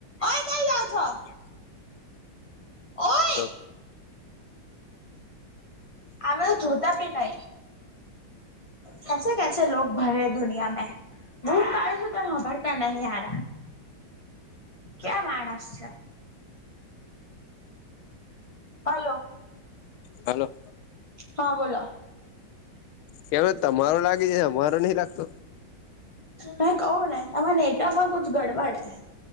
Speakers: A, on the left; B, on the left.
A: ઓય કઈ જાઓ છો
B: <inaudible>
A: ઓયે
B: હલો
A: આ બાજુ જોતા બી નહીં કસે કેસે લોગ ભરે હે દુનિયા મે બૂમ પાડું છું તોય સંભાળતા નથી હારા કેવા માણસ છે હલો
B: હાલો
A: હા બોલો
B: કેમનો તમારો લાગી જાય હે અમારો નહીં લાગતો
A: મેં કવું ને તમારા નેટવર્ક માં કુછ ગડબડ હૈં